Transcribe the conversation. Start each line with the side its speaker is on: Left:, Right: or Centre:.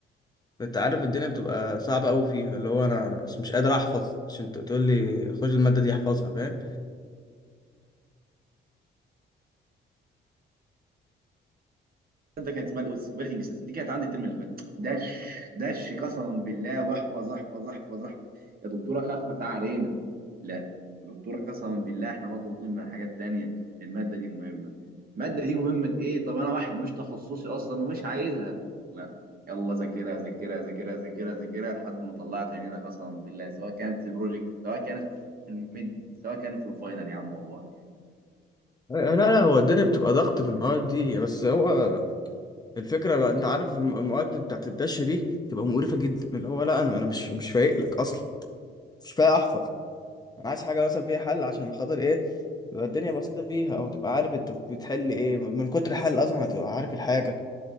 Left: انت عارف الدنيا بتبقى صعبة قوي فيها اللي هو انا أنا بس مش قادر احفظ عشان انت بتقول لي خش المادة دي احفظها فاهم
Right: ماده كانت اسمها الاوبريتنج سيستم دي كانت عندي الترم اللي فات دش دش قسما بالله واحفظ احفظ احفظ احفظ يا دكتوره خفف علينا لا يا دكتوره قسما بالله احنا مضغوطين من حاجات تانية الماده دي مهمه الماده دي مهمه ايه طب انا واحد مش تخصصي اصلا ومش عايزها لا يلا ذاكرها ذاكرها ذاكرها ذاكرها ذاكرها لحد ما طلعت عينينا قسما بالله سواء كانت في بروجكت سواء كانت في الميد سواء كانت في الفاينل يا عم والله
Left: لا لا هو الدنيا بتبقى ضغط في المواد دي بس هو الفكره بقى انت عارف الم- المواد بتاعت الدش دي بتبقى مقرفه جدا اللي هو لا انا انا مش مش فايق لك اصلا مش فايق احفظ انا عايز حاجه مثلا فيها حل عشان خاطر ايه تبقى الدنيا بسيطه فيها او تبقى عارف انت بتحل ايه من كتر الحل اصلا هتبقى عارف الحاجه